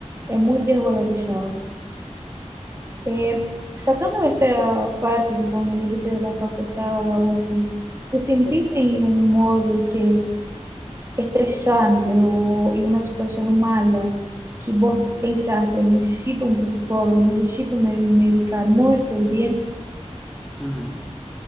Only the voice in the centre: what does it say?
Ujú,
Sí.
Ujú.